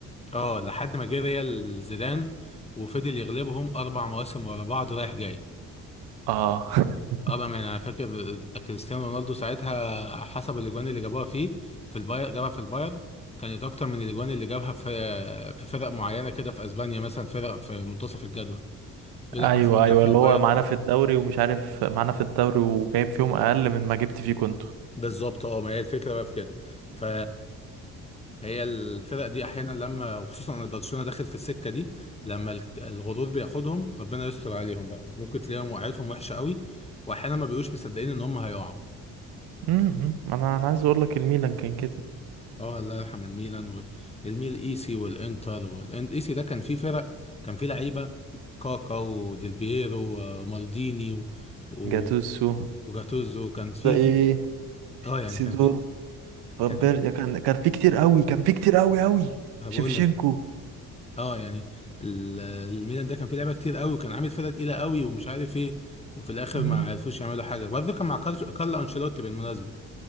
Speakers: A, on the left; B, on the right.
A: اه لحد ما جه ريال زيدان وفضل يغلبهم اربع مواسم ورا بعض رايح جاي
B: اه <laughs>
A: اه بقى يعني انا فاكر كريستيانو رونالدو ساعتها حسب الاجوان اللي جابوها فيه في الباير جابها في الباير كانت اكتر من الاجوان اللي جابها في في فرق معينه كده في اسبانيا مثلا فرق في منتصف الجدول يقول
B: ايوه
A: لك مثلا
B: ايوه
A: جاب في
B: اللي
A: الباير
B: هو معانا في الدوري ومش عارف معانا في الدوري وجايب فيهم اقل من ما جبت فيه كنت
A: بالظبط اه ما هي الفكره بقى في كده ف هي الفرق دي احيانا لما وخصوصا ان برشلونه داخل في السكه دي لما الك- الغرور بياخدهم ربنا يستر عليهم بقى ممكن تلاقيهم وقعتهم وحشه قوي واحيانا ما بيبقوش مصدقين ان هم هيقعوا
B: امم انا انا عايز اقول لك الميلان كان كده
A: اه الله يرحم الميلان والميل ايسي والانتر والايسي ده كان فيه فرق كان فيه لعيبه كاكا وديل بييرو ومالديني و... و...
B: جاتوسو
A: وجاتوزو كان فيه
B: زي
A: فيه اه يعني
B: سيدور
A: كان فيه
B: فامبيرديا
A: كان فيه
B: كان كان في كتير قوي كان في كتير قوي قوي
A: هقول
B: شيفشينكو
A: لك اه يعني ال- الميلان ده كان فيه لعيبه كتير قوي وكان عامل فرقه تقيله قوي ومش عارف ايه وفي الاخر
B: مم.
A: ما عرفوش يعملوا حاجه برضه كان مع كارل- كارلو انشيلوتي بالمناسبه